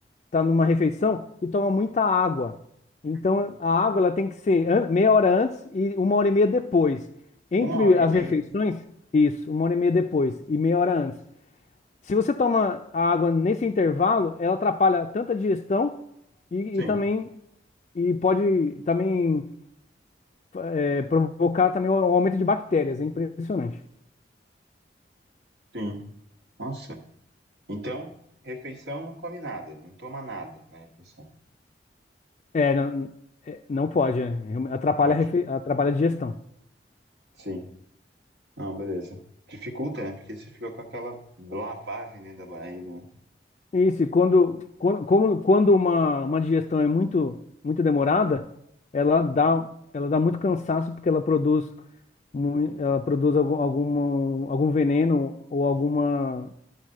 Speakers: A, on the left (about 40°); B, on the right (about 80°).
A: está numa refeição e toma muita água.
B: Uhum.
A: Então, a água ela tem que ser an- meia hora antes e uma hora e meia depois. Entre
B: Uma hora
A: as
B: e meia?
A: refeições, isso, uma hora e meia depois e meia hora antes. Se você toma a água nesse intervalo, ela atrapalha tanto a digestão e,
B: Sim.
A: e também e pode também é, provocar também um aumento de bactérias. É impressionante.
B: Sim. Nossa. Então, refeição não come nada, não toma nada na refeição.
A: É, não, é, não pode, é, atrapalha,
B: Não pode.
A: a refe- atrapalha a digestão.
B: Sim. Não, beleza. Dificulta, né? Porque você fica com aquela lavagem dentro da barriga, né?
A: Isso, e quando, quando, como- quando uma, uma digestão é muito, muito demorada, ela dá, ela dá muito cansaço porque ela produz, mui- ela produz algum, alguma- algum veneno ou alguma